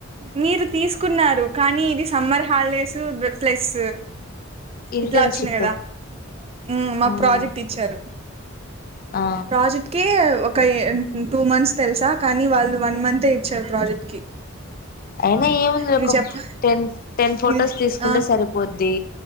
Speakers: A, on the right; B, on the left.
A: మీరు తీసుకున్నారు కానీ ఇది సమ్మర్ హాలిడేస్ ప్లస్
B: ఇంటర్న్షిప్
A: ఇట్లా వచ్చింది కదా ఉమ్ మాకు
B: మ్మ్
A: ప్రాజెక్ట్ ఇచ్చారు
B: ఆ
A: ప్రాజెక్ట్ కి ఒక ఎన్ టూ మంత్స్ తెలుసా కానీ వాళ్ళు వన్ మంతే ఇచ్చారు ప్రాజెక్ట్ కి
B: అయినా ఏముందిలే
A: ఇది
B: ఒక
A: చెప్ప
B: టెన్ టెన్ ఫొటోస్
A: ఇది
B: తీసుకుంటే
A: ఆ
B: సరిపోద్ది